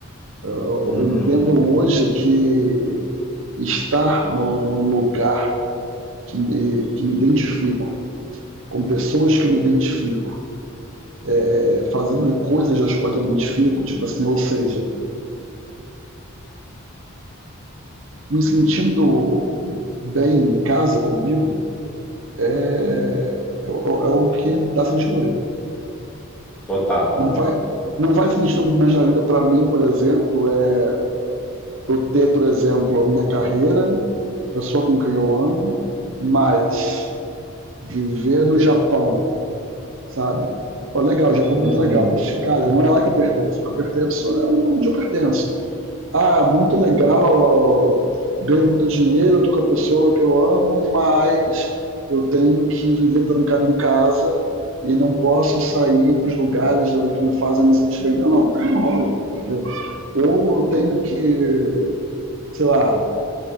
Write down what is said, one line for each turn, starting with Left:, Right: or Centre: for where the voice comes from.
Right: Eu
Centre: uhum,
Right: entendo hoje que estar no, no lugar que me, que me identifico, com pessoas que eu me identifico, é, fazendo coisas das quais eu me identifico, tipo assim, ou seja, me sentindo bem em casa comigo é, é, é é o que dá sentido à vida.
Centre: total.
Right: Não vai, não vai sentido mais na vida para mim, por exemplo, é eu ter, por exemplo, a minha carreira, a pessoa com quem eu amo, mas viver no Japão sabe? Pô, legal, Japão
Centre: Uhum.
Right: é muito legal, mas, cara, não é lá que eu pertenço. O que eu pertenço é onde eu pertenço. Ah, muito legal, ganho muito dinheiro, estou com a pessoa que eu amo, mas eu tenho que viver trancado em casa e não posso sair para os lugares que me fazem me sentir bem. Não, não, também não rola, entendeu? Ou eu tenho que, sei lá,